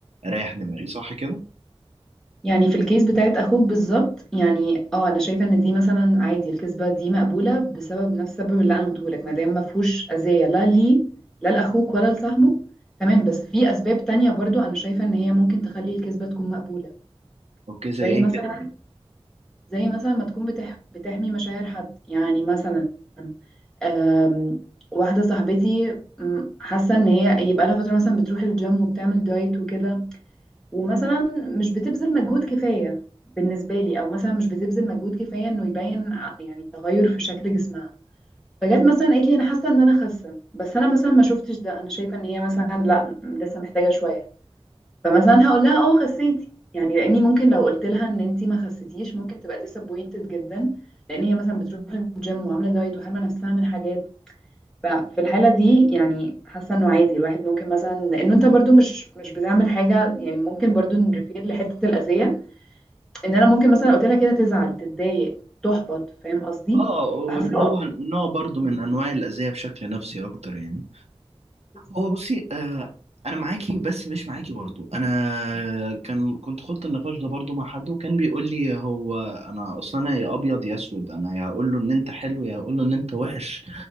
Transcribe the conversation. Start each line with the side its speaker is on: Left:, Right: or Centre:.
Right: أريح دماغي صح كده؟
Centre: يعني في الكيس بتاعت اخوك بالظبط يعني اه انا شايفه ان دي مثلا عادي الكذبه دي مقبوله بسبب نفس السبب اللي انا قلته لك ما دام ما فيهوش اذيه لا ليه لا لاخوك ولا لصاحبه تمام بس في اسباب تانية برضو انا شايفه ان هي ممكن تخلي الكذبه تكون مقبوله
Right: أوكي زي
Centre: زي
Right: إيه
Centre: مثلا زي مثلا ما تكون بتح... بتحمي مشاعر حد يعني مثلا أم... واحدة صاحبتي أم، حاسة ان هي يبقى لها فترة مثلا بتروح الجيم وبتعمل دايت وكده ومثلا مش بتبذل مجهود كفاية بالنسبة لي او مثلا مش بتبذل مجهود كفاية انه يبين ع- يعني تغير في شكل جسمها فجت مثلا قالت لي انا حاسة ان انا خاسة بس انا مثلا ما شفتش ده انا شايفة ان هي مثلا لا م- لسه محتاجة شوية فمثلا هقول لها اه خسيتي يعني لاني ممكن لو قلت لها ان انت ما خسيتيش ممكن تبقى ديسابوينتد جدا لان هي مثلا بتروح الجيم وعامله دايت وحارمه نفسها من حاجات ففي الحاله دي يعني حاسه انه عادي الواحد ممكن مثلا لانه انت برضو مش مش بتعمل حاجه يعني ممكن برضو نريفير لحته الاذيه ان انا ممكن مثلا قلت لها كده تزعل تتضايق تحبط فاهم قصدي
Right: اه واللي
Centre: فحاسه
Right: هو نوع برضو من انواع الاذيه بشكل نفسي اكتر يعني
Centre: بالظبط
Right: هو بصي آه انا معاكي بس مش معاكي برضو انا كان كنت خدت النقاش ده برضو مع حد وكان بيقول لي هو انا اصلا انا يا ابيض يا اسود انا يا هقول له ان انت حلو يا هقول له ان انت وحش